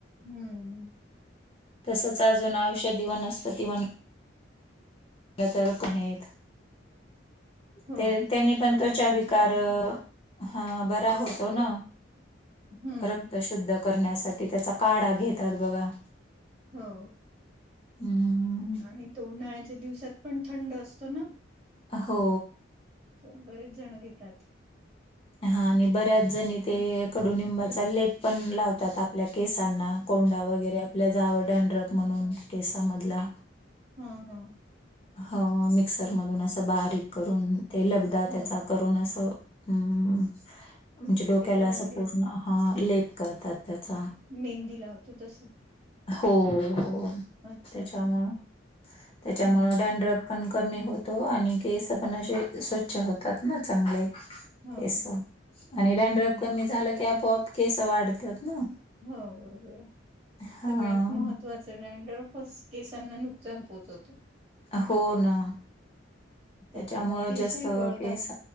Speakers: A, on the right; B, on the left.
A: हम्म.
B: तसंच अजून औषधी वनस्पती म्हण तर <unintelligible>
A: हो
B: ते त्यांनी पण
A: कडुलिंबाची
B: त्वचा विकार
A: पानं आणि
B: हा बरा होतो ना,
A: हम्म
B: रक्त शुद्ध करण्यासाठी त्याचा काढा घेतात बघा.
A: हो
B: हम्म
A: आणि तो उन्हाळ्याच्या दिवसात पण थंड असतो ना
B: हो
A: तर बरेच जण घेतात
B: हा आणि बऱ्याच जणी ते कडुनिंबाचा लेप पण लावतात आपल्या केसांना कोंडा वगैरे आपल्या जावड ंड्रक म्हणून केसामधला
A: ह हम् हम्
B: ह मिक्सर मधून असं बारीक करून ते लगदा त्याचा
A: हा
B: करून असं. हम् म्हणजे डोक्याला
A: लावून
B: अस
A: घ्यायच
B: पूर्ण हा लेप करतात त्याचा.
A: मेहंदी लावतो तसं.
B: हो हो
A: अच्छा
B: त्याच्यामु
A: अच्छा
B: त्याच्यामु
A: हम्म हम्म
B: डॅड्रप पण कमी होतो आणि केस पण असे स्वच्छ होतात ना चांगले
A: हो
B: केस आणि रँड्रप
A: हम्म
B: कमी झालं की आपोआप केस वाढतात ना
A: हो बरोबर आहे
B: हा
A: सगळ्यात महत्त्वाच संडर फ केसांना नुकसान पोहोचवत
B: हो ना
A: त्याच्यामुळे
B: त्याच्यामुळं
A: केसही
B: जास्त
A: गळतात
B: केस